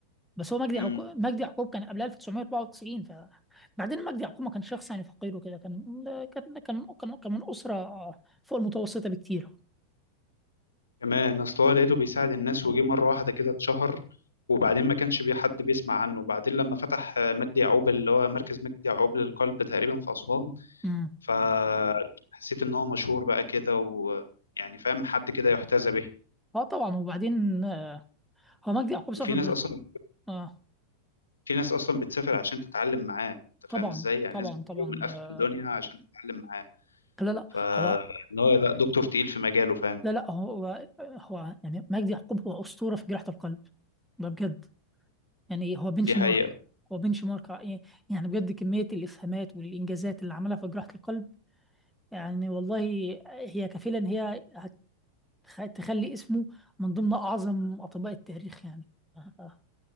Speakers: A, in the centre; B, on the left.
A: بس هو مجدي
B: امم
A: يعقوب مجدي يعقوب كان قبل 1994 ف بعدين مجدي يعقوب ما كانش شخص يعني فقير وكده كان كان كان كان كان من اسره آه، فوق المتوسطه بكتير
B: كمان اصل هو لقيته بيساعد الناس وجي مره واحده كده اتشهر وبعدين ما كانش بي حد بيسمع عنه وبعدين لما فتح آه، مجدي يعقوب اللي هو مركز مجدي يعقوب للقلب تقريبا في اسوان
A: امم
B: فحسيت ان هو مشهور بقى كده ويعني فاهم حد كده يحتذى به
A: اه طبعا وبعدين آه، هو مجدي يعقوب سافر
B: وفي ناس
A: بريطانيا
B: اصلا
A: اه
B: في ناس اصلا بتسافر عشان تتعلم معاه انت
A: طبعا
B: فاهم ازاي يعني
A: طبعا
B: ناس بتجيله
A: طبعا
B: من اخر
A: ده
B: الدنيا عشان تتعلم معاه
A: لا لا
B: فان
A: هو
B: هو لا دكتور تقيل في مجاله فعلا
A: لا لا هو هو يعني مجدي يعقوب هو أسطورة في جراحة القلب ده بجد يعني إيه؟ هو بنش
B: دي حقيقة
A: مارك هو بنش مارك ع- يعني بجد كمية الإسهامات والإنجازات اللي عملها في جراحة القلب يعني والله هي كفيلة إن هي هت- تخلي اسمه من ضمن أعظم أطباء التاريخ يعني آه، آه.